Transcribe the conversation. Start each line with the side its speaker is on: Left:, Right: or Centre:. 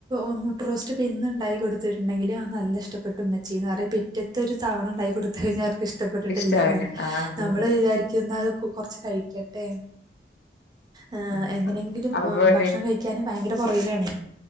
Right: ഇ മുട്ട റോസ്റ്റ് ഇണ്ടാക്കി കൊടുത്തിട്ടുണ്ടെങ്കിൽ ആ നല്ല ഇഷ്ടപ്പെട്ട മ്മച്ചീ ന്ന് പറയും പിറ്റത്തെ ഒരു തവണ ഉണ്ടക്കി കൊടുത്ത കഴിഞ്ഞാൽ അവർക്ക് ഇഷ്ടം ഇഷ്ടപ്പെട്ടിട്ടില്ലന്ന
Left: ഇഷ്ടാവില്ല
Right: പറി
Left: ആഹ് അതെ
Right: നമ്മള്
Left: അതെ
Right: വിചാരിക്ക എന്നാ കൊറച്ച് കഴിക്കട്ടെ ആ
Left: ആഹ്
Right: എങ്ങനെങ്കിലും
Left: അവ
Right: ഭക്ഷണം കഴിക്കൻ ഭയങ്കര പുറകിലാണേ